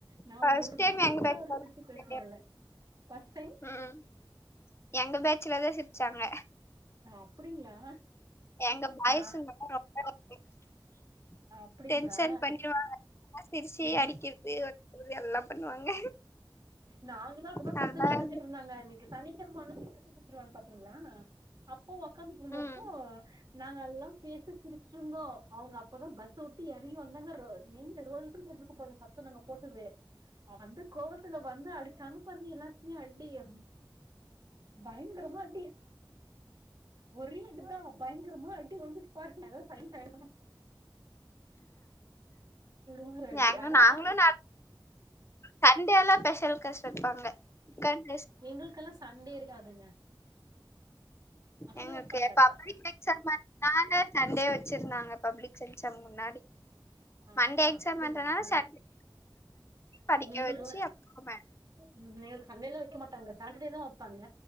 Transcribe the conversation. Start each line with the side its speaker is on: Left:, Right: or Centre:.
Right: நா
Left: ஃபர்ஸ்ட்
Right: ஒரு
Left: டைம்
Right: நாள்
Left: எங்க
Right: கூட
Left: பேச்சுல
Right: அவரு சிரிச்சி
Left: தான்
Right: பேசுனதில்ல
Left: சிரிச்சேன்.
Right: ஃபஸ்ட் டைம்
Left: ம். எங்க பேச்சுல தான் சிரிச்சாங்க.
Right: ஆ அப்டிங்களா
Left: எங்க பாய்ஸுங்கலாம்
Right: நா
Left: <inaudible>
Right: அ அப்டிங்களா
Left: டென்ஷன் பண்ணிருவாங்க. சிரிச்சு
Right: ம்
Left: அடிக்கிறது, வளக்கிறது எல்லாம் பண்ணுவாங்க.
Right: நாங்களா அப்டிதா
Left: நல்லா
Right: பசங்க
Left: இருந்துச்சு.
Right: சுத்திட்ருந்தாங்க இன்னக்கி சனி <inaudible> பாத்தீங்ளா அப்போ ஒக்காந்துட்டு இருந்தப்போ
Left: ம்.
Right: நாங்கல்லாம் பேசி சிரிச்சிட்ருந்தோ அவுங்க அப் போதா பஸ் ஸ உட்டு எறங்கி வந்தாங்க ரோ நீங்க ரோலுக்கு கொஞ்சுக்கு போட்ல சத்தொ நாங்க போட்டது வந்து கோவத்துல வந்து அடிச்சாங்க பாருங்க எல்லாருக்மே அடி ஆ பயங்கரமா அடி ஒரே அடிதா பயங்கரமா அடி <unintelligible> பாருங்க பயன்டாய்ங்க ஒரு அடி
Left: நாங்க
Right: ஆனா
Left: நாங்களு ந சண்டேல்லா பெஷல் காஸ் வப்பாங்க கண்
Right: எங்களுக்கெல்லா சண்டே இருக்காதுங்க இதா
Left: எங்களுக்கு
Right: வைப்பாங்க
Left: பப்ளிக் எக்சாம் அத்னால சண்டே வச் வச்சிருந்தாங்க பப்ளிக் செக்சாம் முன்னாடி
Right: ஆ
Left: மண்டே
Right: ஹா
Left: எக்ஸாம்ன்றனால
Right: அப்டிங்களா
Left: சண்டே படிக்க
Right: நீங்க
Left: வச்சு
Right: ஒ
Left: அப்பறமே
Right: ம் ம் <unintelligible> சண்டேலா வெக்க மாட்டாங்க சாட்டடேதா வப்பாங்க